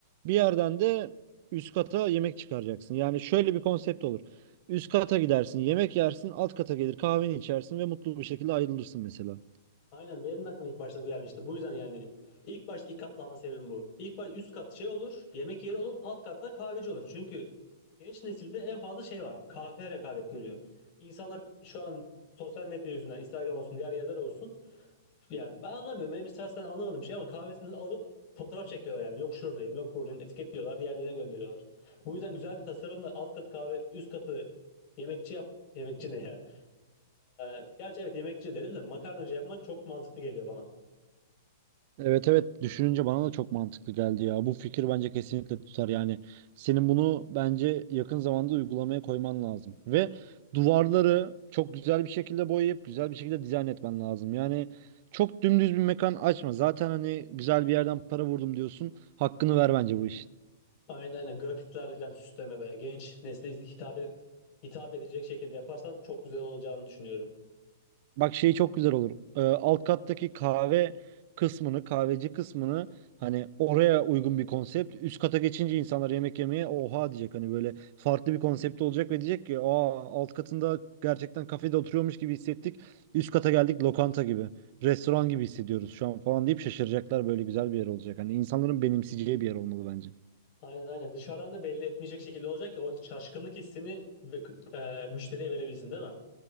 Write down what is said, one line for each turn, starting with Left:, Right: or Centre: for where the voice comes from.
Right: Bir yerden de üst kata yemek çıkaracaksın. Yani şöyle bir konsept olur. Üst kata gidersin, yemek yersin, alt kata gelir kahveni içersin ve mutlu bir şekilde ayrılırsın mesela.
Left: Aynen benim de aklıma ilk başta bu gelmişti. Bu yüzden yani ilk başta ilk katlanma sebebim bu. İlk baş üst kat şey olur, yemek yeri olur, alt katta kahveci olur. Çünkü genç nesilde en fazla şey var. Kahve rekabet görüyor. İnsanlar şu an sosyal medya yüzünden Instagram olsun, diğer yerler olsun. Yani ben anlamıyorum. Benim istersen anlamadığım şey ama kahvesini alıp fotoğraf çekiyorlar yani. Yok şuradayım, yok buradayım. Etiketliyorlar, diğerlerine gönderiyorlar. Bu yüzden güzel bir tasarımla alt katı kahve, üst katı yemekçi yap. Yemekçi ne ya? Ee, gerçi evet yemekçi denir de makarnacı yapmak çok mantıklı geliyor bana.
Right: Evet evet düşününce bana da çok mantıklı geldi ya. Bu fikir bence kesinlikle tutar yani. Senin bunu bence yakın zamanda uygulamaya koyman lazım. Ve duvarları çok güzel bir şekilde boyayıp güzel bir şekilde dizayn etmen lazım. Yani çok dümdüz bir mekan açma. Zaten hani güzel bir yerden para vurdum diyorsun. Hakkını ver bence bu işin.
Left: Aynen aynen grafitlerle falan süsleme ve genç nesle hitap et, hitap edecek şekilde yaparsam çok güzel olacağını düşünüyorum.
Right: Bak şey çok güzel olur. Ee, alt kattaki kahve kısmını, kahveci kısmını hani oraya uygun bir konsept. Üst kata geçince insanlar yemek yemeye oha diyecek. Hani böyle farklı bir konsept olacak ve diyecek ki aa alt katında gerçekten kafede oturuyormuş gibi hissettik. Üst kata geldik lokanta gibi. Restoran gibi hissediyoruz şu an falan deyip şaşıracaklar. Böyle güzel bir yer olacak. Hani insanların benimseyeceği bir yer olmalı bence.
Left: Aynen aynen dışarıdan da belli etmeyecek şekilde olacak ki o şaşkınlık hissini ve- e, müşteriye verebilsin değil mi?